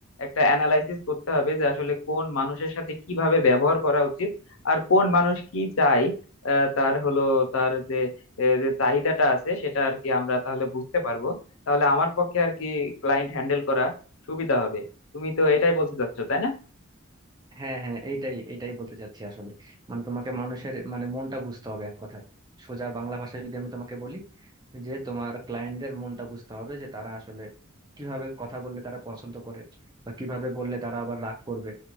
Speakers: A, on the left; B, on the right.
A: একটা অ্যানালাইসিস করতে হবে যে আসলে কোন মানুষের সাথে কিভাবে ব্যবহার করা উচিত আর কোন মানুষ কি চাই আহ, তার হলো তার যে এ, যে চাহিদাটা আছে সেটা আর কি আমরা তাহলে বুঝতে পারবো তাহলে আমার পক্ষে আর কি ক্লায়েন্ট হ্যান্ডেল করা সুবিধা হবে তুমি তো এটাই বলতে চাচ্ছো তাই না
B: হ্যাঁ হ্যাঁ এইটাই এইটাই বলতে চাচ্ছি আসলে মানে তোমাকে মানুষের মানে মনটা বুঝতে হবে এক কথায় সোজা বাংলা ভাষায় যদি আমি তোমাকে বলি যে তোমার ক্লায়েন্টদের মনটা বুঝতে হবে যে তারা আসলে কিভাবে কথা বললে তারা পছন্দ করে বা কিভাবে বললে তারা আবার রাগ করবে